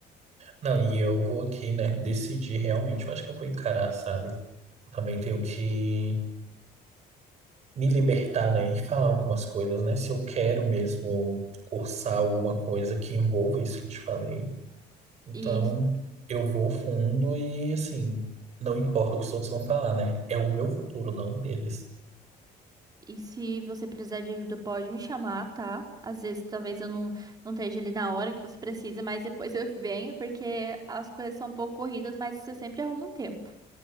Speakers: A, on the right; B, on the right.
A: Não, e eu vou aqui, né, decidir realmente. Eu acho que eu vou encarar, sabe? Eu também tenho que me libertar, né, e falar algumas coisas, né? Se eu quero mesmo cursar alguma coisa que envolva isso que eu te falei. Então,
B: E,
A: eu vou fundo e, assim, não importa o que os outros vão falar, né? É o meu futuro, não o deles.
B: e se você precisar de ajuda, pode me chamar, tá? Às vezes, talvez eu não, não esteja ali na hora que você precisa, mas depois <laughs> eu venho, porque as coisas são um pouco corridas, mas eu sempre arrumo um tempo.